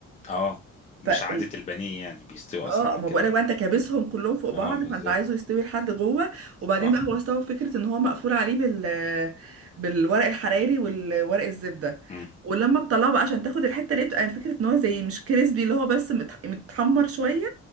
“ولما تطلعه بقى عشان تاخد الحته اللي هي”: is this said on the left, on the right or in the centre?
Right